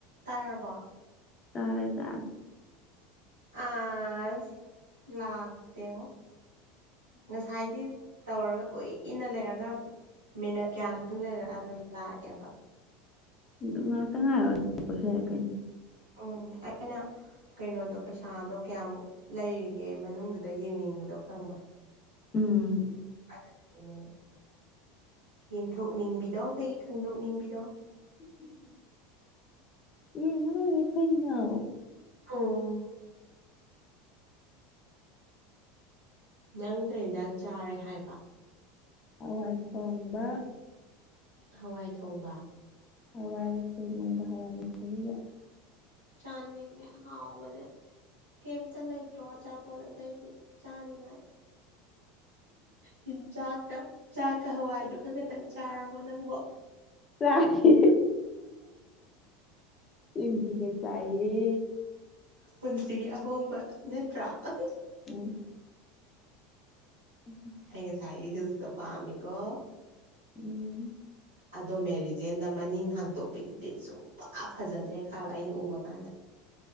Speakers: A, on the right; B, on the left.
A: ꯇꯥꯔꯕꯣ
B: ꯇꯔꯦ ꯇꯔꯦ
A: ꯑꯁ ꯂꯥꯛꯇꯦꯉꯣ ꯉꯁꯥꯏꯗꯤ ꯇꯧꯔꯒ ꯀꯨꯏꯅ ꯂꯩꯔꯒ ꯃꯤꯅꯠ ꯀꯌꯥꯅꯣꯝ ꯂꯩꯔꯀꯥꯟꯗ ꯂꯥꯛꯑꯦꯕ
B: ꯗꯨꯝ ꯉꯥꯛꯇ ꯉꯥꯏꯌ‌ꯣ <unintelligible>
A: ꯎꯝ ꯑꯩꯅ ꯀꯩꯅꯣꯗꯣ ꯄꯩꯁꯥꯗꯣ ꯀꯌꯥꯃꯨꯛ ꯂꯩꯔꯤꯒꯦ ꯃꯅꯨꯡꯗꯨꯗ ꯌꯦꯡꯅꯤꯡꯕꯗꯣ ꯈꯪꯕ꯭ꯔꯥ
B: ꯎꯝ
A: <inaudible> ꯑꯗꯨꯗꯨꯒꯤꯅꯦꯕ ꯌꯦꯡꯊꯣꯛꯅꯤꯡꯕꯤꯗꯣ ꯑꯩꯈꯣꯏꯒꯤ ꯈꯪꯗꯣꯛꯅꯤꯡꯕꯤꯗꯣ
B: ꯌꯦꯡꯉꯥ ꯂꯣꯏꯔꯦ ꯀꯩꯅꯣ
A: ꯍꯨꯝ ꯅꯪ ꯀꯩ ꯏꯟꯖꯥꯡ ꯆꯥꯔꯦ ꯍꯥꯏꯕ
B: ꯍꯋꯥꯏ ꯊꯣꯡꯕ
A: ꯍꯋꯥꯏ ꯊꯣꯡꯕ
B: ꯍꯋꯥꯏꯒ ꯁꯣꯏꯕꯨꯝꯒ ꯍꯋꯥꯏꯒ ꯊꯨꯝꯒ
A: ꯆꯥꯥꯟꯅꯤꯉꯦ ꯍꯥꯎꯕꯅꯦ ꯀꯩꯝꯇ ꯂꯩꯇ꯭ꯔꯣ ꯑꯆꯥꯄꯣꯠ ꯑꯇꯩꯗꯤ ꯆꯥꯅꯤꯡꯉꯥꯏ ꯍꯤꯟꯆꯥꯛ ꯀ ꯆꯥꯛꯀ ꯍꯋꯥꯏꯗꯨꯒ ꯈꯛꯇꯪ ꯆꯥꯔꯕꯣ ꯅꯪꯕꯣ
B: ꯆꯥꯒꯦ ꯁꯤꯡꯖꯨꯒ ꯆꯥꯏꯌꯦ
A: ꯄꯨꯟꯁꯤꯒꯤ ꯑꯍꯣꯡꯕ ꯅꯠꯇ꯭ꯔꯥ ꯑꯍ
B: ꯎꯝ <inaudible>
A: ꯑꯩ ꯉꯥꯁꯥꯏꯒꯤ ꯍꯤꯜꯁꯇꯣ ꯄꯝꯃꯤꯀꯣ
B: ꯎꯝ
A: ꯑꯗꯣ ꯃꯦꯔꯤꯖꯦꯟꯗ ꯃꯅꯤꯡ ꯍꯥꯡꯇꯣꯛꯄꯤꯗꯨꯗꯤ ꯁꯨꯡꯐ ꯐꯖꯗ꯭ꯔꯦ ꯈꯥꯕ ꯑꯩꯅ ꯎꯕ ꯀꯥꯟꯗ